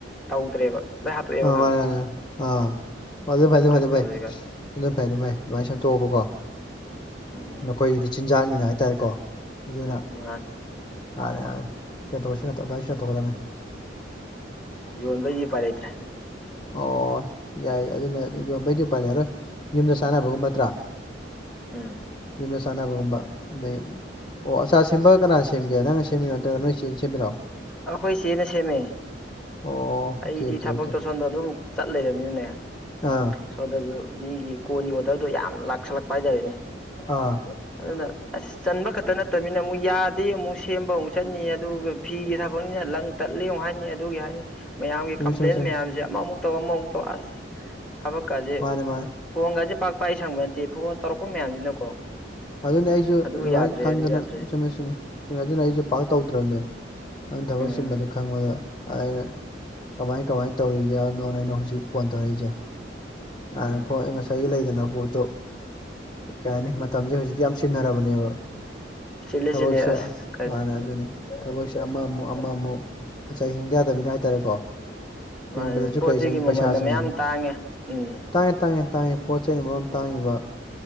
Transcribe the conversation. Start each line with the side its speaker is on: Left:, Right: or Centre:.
Centre: ꯇꯧꯗ꯭ꯔꯦꯕ ꯂꯣꯏ ꯍꯥꯠꯇꯣꯛꯑꯦꯕ
Left: ꯑ
Centre: ꯈꯔ
Left: ꯋꯥꯔꯦꯔꯦ
Centre: ꯈꯔ
Left: ꯑ ꯑꯗꯨ ꯑꯗꯨ ꯐꯥꯏꯗꯦ
Centre: ꯀꯩꯅꯣ
Left: ꯐꯥꯏꯗ ꯐꯥꯏ
Centre: ꯇꯧꯗ꯭ꯔꯤꯀꯥꯟ
Left: ꯑꯗꯨꯝ ꯐꯩ ꯑꯗꯨꯝ ꯐꯩ ꯑꯗꯨꯃꯥꯏꯅ ꯁꯦꯝꯗꯣꯛꯑꯕꯀꯣ
Centre: ꯎꯝ
Left: ꯃꯈꯣꯏꯒꯤꯗꯤ ꯆꯤꯟꯖꯥꯛꯅꯤꯅ ꯍꯥꯏꯇꯥꯔꯦꯀꯣ ꯑꯗꯨꯅ
Centre: ꯌꯥ
Left: ꯑꯔꯦ ꯁꯤ ꯁꯤꯔ ꯇꯣꯛꯒꯗꯝꯃꯦ
Centre: ꯌꯣꯟꯕꯩꯗꯤ ꯎꯄꯥꯏ ꯂꯩꯇ꯭ꯔꯦ
Left: ꯑꯣ ꯌꯥꯏ ꯑꯗꯨꯅꯦ ꯌꯣꯟꯕꯩꯗꯤ ꯄꯜꯂꯔꯣꯏ ꯌꯨꯝꯗ ꯆꯥꯟꯅꯕꯒꯨꯝꯕ ꯅꯠꯇ꯭ꯔꯥ
Centre: ꯎꯝ
Left: ꯌꯨꯝꯗ ꯆꯥꯟꯅꯕꯒꯨꯝꯕ ꯑꯗꯩ ꯑꯣ ꯑꯆꯥ ꯁꯦꯝꯕꯒ ꯀꯅꯥꯅ ꯁꯦꯝꯒꯦ ꯅꯪꯅ ꯁꯦꯝꯃꯤꯔꯣ ꯅꯠꯇ꯭ꯔꯒ ꯅꯣꯏ ꯆꯦꯅꯥ ꯁꯦꯝꯃꯤꯔꯣ
Centre: ꯑꯩꯈꯣꯏ ꯆꯦꯅ ꯁꯦꯝꯃꯦ
Left: ꯑꯣ
Centre: ꯑꯩꯗꯤ
Left: ꯑꯣꯀꯦ ꯑꯣꯀꯦ
Centre: ꯊꯕꯛꯇꯣ
Left: ꯑꯣꯀꯦ
Centre: ꯁꯣꯝꯗ ꯑꯗꯨꯝ ꯆꯠ ꯂꯩꯃꯤꯅꯅꯦ
Left: ꯑꯥ
Centre: ꯁꯣꯗꯁꯨ ꯃꯤꯒꯤ ꯀꯣꯟꯒꯤ ꯑꯣꯗꯔꯗꯣ ꯌꯥꯝ ꯂꯥꯛꯁꯜꯂꯛꯄ ꯍꯥꯏꯇꯥꯔꯦꯅꯦ
Left: ꯑꯥ
Centre: ꯑꯗꯨꯅ ꯑꯁ ꯆꯟꯕ ꯈꯛꯇ ꯅꯠꯇꯕꯅꯤꯅ ꯑꯃꯨꯛ ꯌꯥꯗꯦ ꯑꯃꯨꯛ ꯁꯦꯝꯕ ꯑꯃꯨꯛ ꯆꯠꯅꯤ ꯑꯗꯨꯒ ꯐꯤꯒꯤ ꯊꯕꯛꯅꯤꯅ ꯂꯪ ꯇꯠꯂꯤ ꯑꯃꯨꯛ ꯍꯥꯏꯅꯤ ꯑꯗꯨꯒꯤ ꯍꯥꯏꯅꯤ ꯃꯌꯥꯝꯒꯤ
Left: ꯆꯨꯝꯃꯦ
Centre: ꯀꯝꯄ꯭ꯂꯦꯟ
Left: ꯆꯨꯝꯃꯦ ꯆꯨꯝꯃꯦ
Centre: ꯃꯌꯥꯝꯁꯦ ꯑꯃꯃꯨꯛꯛꯇꯧ ꯑꯃꯃꯨꯛ ꯇꯧ ꯑꯁ ꯊꯕꯛꯀꯁꯦ
Left: ꯃꯥꯅꯦ ꯃꯥꯅꯦ
Centre: ꯐꯣꯟꯒꯁꯦ ꯄꯥꯛ ꯄꯥꯏ ꯁꯪꯕ ꯅꯠꯇꯦ ꯐꯣꯟ ꯇꯧꯔꯛꯄ ꯃꯌꯥꯝꯁꯤꯅꯀꯣ
Left: ꯑꯗꯨꯅꯦ ꯑꯩꯁꯨ
Centre: ꯑꯗꯨ
Left: ꯑꯗꯨꯃꯥꯏꯅ
Centre: ꯌꯥꯗ꯭ꯔꯦ
Left: ꯈꯪꯗꯅ
Centre: ꯑꯗꯨ ꯌꯥꯗ꯭ꯔꯦ
Left: ꯆꯨꯝꯃꯦ ꯆꯨꯝꯃꯦ ꯆꯨꯝꯃꯦ ꯑꯗꯨꯅ ꯑꯩꯁꯨ ꯄꯥꯛ ꯇꯧꯗ꯭ꯔꯕꯅꯦ ꯑꯩꯅ ꯊꯕꯛ
Centre: ꯎꯝ
Left: ꯆꯤꯟꯕꯗꯨ ꯈꯪꯕꯗ ꯑꯩꯅ ꯀꯃꯥꯏ ꯀꯃꯥꯏ ꯇꯧꯔꯤꯒꯦ ꯅꯣꯅ ꯑꯩꯅ ꯍꯧꯖꯤꯛ ꯐꯣꯟ ꯇꯧꯔꯛꯏꯁꯦ ꯍꯥꯟꯅ
Centre: ꯎꯝ
Left: ꯄꯣꯠ ꯉꯁꯥꯏꯒꯤ ꯂꯩꯗꯅ ꯄꯣꯠꯇꯣ ꯀꯩ ꯍꯥꯏꯅꯤ ꯃꯇꯝꯁꯦ ꯍꯧꯖꯤꯛꯇꯤ ꯌꯥꯝ ꯁꯤꯟꯅꯔꯕꯅꯦꯕ
Centre: ꯆꯤꯜꯂꯦ
Left: ꯊꯕꯛꯁꯦ
Centre: ꯆꯤꯜꯂꯦ ꯑꯁ ꯀꯥꯏ
Left: ꯃꯥꯅꯦ ꯑꯗꯨꯅꯦ ꯊꯕꯛꯁꯦ ꯑꯃꯃꯨꯛ ꯑꯃꯃꯨꯛ ꯉꯁꯥꯏ ꯍꯤꯡꯗ ꯌꯥꯗꯃꯤꯅ ꯍꯥꯏꯇꯥꯔꯦꯀꯣ ꯍꯤꯡꯕꯗꯁꯨ
Centre: ꯃꯥꯅꯦ ꯄꯣꯠ
Left: ꯀꯔꯤ
Centre: ꯆꯩꯒꯤ
Left: ꯆꯪꯏ
Centre: ꯃꯃꯜꯅ
Left: ꯄꯩꯁꯥ ꯆꯪꯏ
Centre: ꯃꯌꯥꯝ ꯇꯥꯡꯉꯦ ꯎꯝ
Left: ꯇꯥꯡꯉꯦ ꯇꯥꯡꯉꯦ ꯇꯥꯡꯉꯦ ꯄꯣꯠ ꯆꯩꯅ ꯃꯔꯣꯝ ꯇꯥꯡꯉꯤꯕ